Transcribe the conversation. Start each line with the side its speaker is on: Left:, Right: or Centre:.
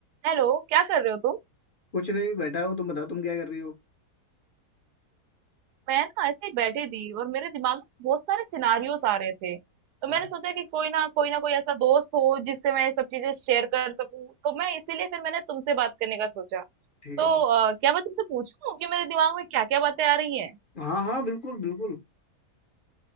Right: Hello क्या कर रहे हो तुम
Left: कुछ नहीं बैठा हूँ तुम बताओ तुम क्या कर रही हो
Right: मैं ना ऐसे ही बैठी थी और मेरे दिमाग में बहुत सारे सिनारियोस आ रहे थे तो मैंने
Left: हाँ
Right: सोचा कि कोई ना कोई ना कोई ऐसा दोस्त हो जिससे मैं ये सब चीजें शेयर कर सकूं तो मैं इसीलिए फिर मैंने तुमसे बात करने का सोचा
Left: ठीक
Right: तो
Left: है
Right: अ, क्या मैं तुमसे पूछूं कि मेरे दिमाग में क्या क्या बातें आ रही हैं
Left: हाँ हाँ बिल्कुल बिल्कुल